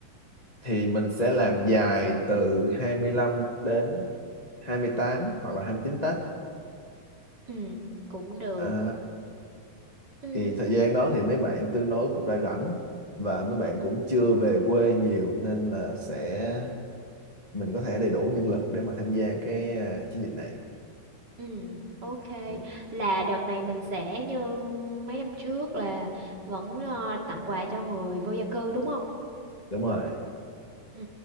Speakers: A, on the left; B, on the right.
A: thì mình sẽ làm dài từ 25 đến 28 hoặc là 29 Tết
B: ừ, cũng được.
A: à,
B: Ừ,
A: thì thời gian đó thì mấy bạn tương đối cũng đã rảnh và mấy bạn
B: ừ,
A: cũng chưa về quê nhiều nên là sẽ mình có thể đầy đủ nhân lực để mà tham gia cái à, chiến dịch này
B: ừ, ok.
A: Ừ,
B: Là đợt này mình sẽ như mấy năm trước là vẫn ờ, tặng quà cho người vô gia cư đúng không?
A: đúng rồi
B: Ừ,